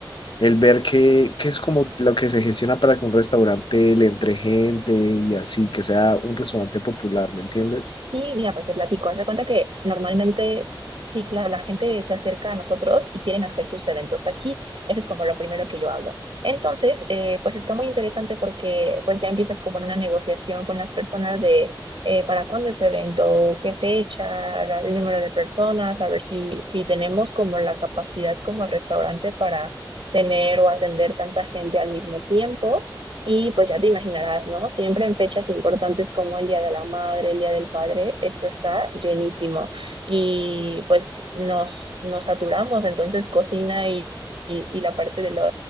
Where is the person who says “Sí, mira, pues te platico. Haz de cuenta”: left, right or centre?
Right